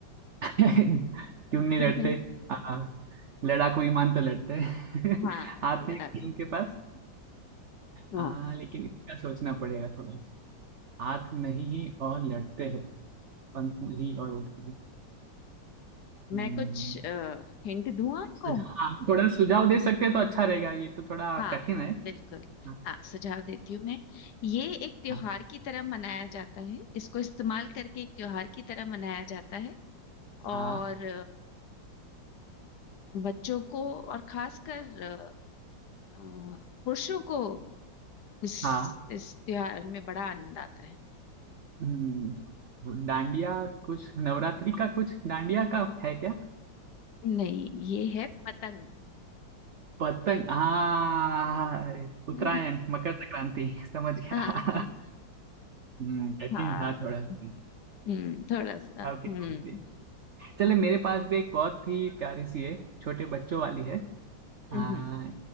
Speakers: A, on the right; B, on the left.
A: <laughs> क्यों
B: <laughs>
A: नहीं लड़ते हाँ लड़ाकू विमान तो लड़ते हैं <laughs>
B: हाँ
A: हाथ
B: लड़ाकू
A: नहीं है इनके पास
B: है। हाँ
A: हाँ लेकिन इसका सोचना पड़ेगा थोड़ा सा हाथ नहीं और लड़ते हैं पंख नहीं और उड़ते हैं हम्म।
B: मैं कुछ हिंट दूं आपको
A: सुझाव थोड़ा सुझाव दे सकते हैं तो अच्छा रहेगा ये तो थोड़ा
B: हाँ
A: कठिन
B: हाँ
A: है
B: बिल्कुल
A: हाँ
B: हाँ सुझाव देती हूँ मैं ये एक त्योहार
A: हाँ
B: की तरह मनाया जाता है इसको इस्तेमाल करके एक त्योहार की तरह मनाया जाता है और
A: हाँ
B: बच्चों को और खासकर अ, अ, पुरुषों को इस
A: हाँ,
B: इस त्योहार में बड़ा आनंद आता है
A: हम्म, वो डांडिया कुछ नवरात्रि का कुछ डांडिया का है क्या
B: नहीं ये है पतंग
A: पतंग हाँ अरे उत्तरायण
B: <laughs>
A: मकर संक्रांति समझ गया
B: हाँ हाँ
A: हम्म, कठिन
B: हाँ,
A: था थोड़ा सुझाव
B: हम्म थोड़ा सा
A: के
B: हम्म
A: तौर पे। चले मेरे पास भी एक बहुत ही प्यारी सी है छोटे बच्चों वाली है
B: हम्म
A: आ,